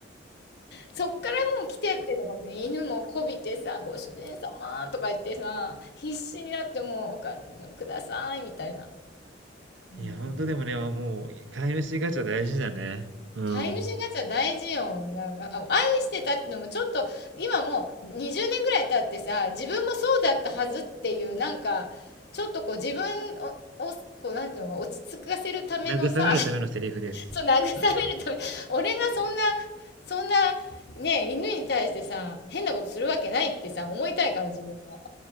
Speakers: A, on the left; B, on the right.
A: そっからもう来てっていうのかもしれない。犬もこびてさ、ご主人様とか言ってさ、必死になってもう、おか、くださいみたいな。うん。
B: いや、ほんとでもね、もう飼い主ガチャ大事だね。うん。
A: 飼い主ガチャ大事よ。なんか、あ愛してたってのもちょっと、今もう20年ぐらい経ってさ、自分もそうだったはずっていう、なんか、ちょっとこう自分を、をこう、なんていうの、落ち着かせるためのさ、
B: 慰めるためのセリフです。
A: そう、慰めるため、俺がそんな、そんな、ね、犬に対してさ、変なことするわけないってさ、思いたいから、自分も。